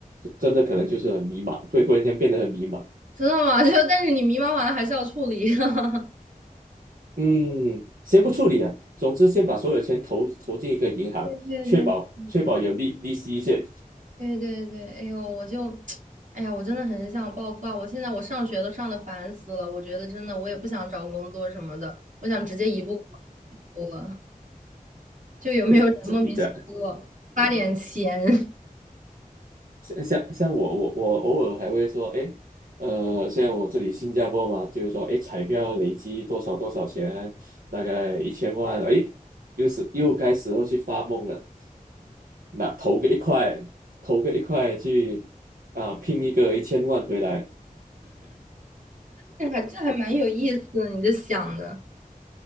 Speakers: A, on the right (about 70°); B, on the right (about 60°).
A: 真的可能就是很迷茫，会忽然间变得很迷茫。
B: 真的吗？<laughs> 就但是你迷茫完了还是要处理。<laughs>
A: 嗯，先不处理啊，总之先把所有钱投投进一个银行，
B: 对对对。
A: 确保确保有利利息先，
B: 是这样对对对，哎呦，我就，<tsk> 哎呀，我真的很想暴富啊！我现在我上学都上的烦死了，我觉得真的我也不想找工作什么的，我想直接一步我就有没有人莫名其妙发点钱？
A: <laughs> 这一这样
B: <laughs>
A: 像像像我我我偶尔还会说，哎，呃，像我这里新加坡嘛，就是说，哎，彩票累积多少多少钱，大概一千万，哎，又是又该时候去发梦了，那投个一块，投个一块去啊、拼一个一千万回来，
B: 这还这还蛮有意思的，你这想的。